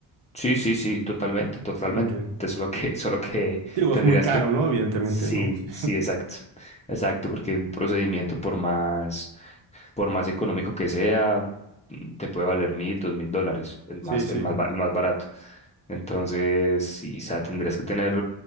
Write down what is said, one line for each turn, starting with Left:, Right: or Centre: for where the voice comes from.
Left: sí, sí, sí, totalmente, totalmente.
Right: Ok.
Left: Solo que, <laughs> solo que
Right: Digo,
Left: tendrías
Right: es muy caro,
Left: que,
Right: ¿no? Evidentemente,
Left: sí,
Right: ¿no? Sí,
Left: sí, exacto. Exacto, porque un procedimiento por más por más económico que sea, mm, te puede valer mil, dos mil dólares, el más,
Right: sí. sí.
Left: el más, ba- el más barato. Entonces, sí, o sea tendrías que tener